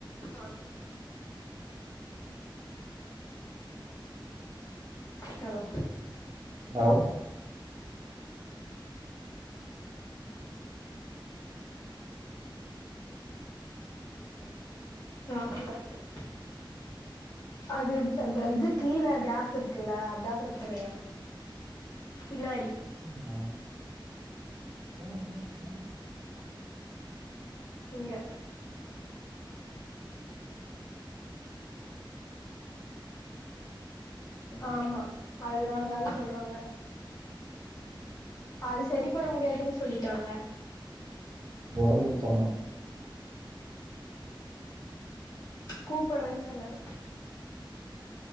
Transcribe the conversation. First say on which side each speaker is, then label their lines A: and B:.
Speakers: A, on the left (about 45°); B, on the right (about 45°).
A: பாத்து ஹலோ
B: ஹலோ
A: அது வரட்டு அது அந்த இது கீழே கேப் இருக்குல்ல அதா பிரச்சனையா பின்னாடி
B: ஐயோ ஓ ஏ என்ன பிரச்சன
A: இங்க ஆமா அதுனால தான் சொல்றாங்க அது சரி பண்ண முடியாதுன் சொல்லிட்டாங்க
B: ஒடஞ்சிருச்சாமா
A: கூப்புட்றேன் சொன்னாரு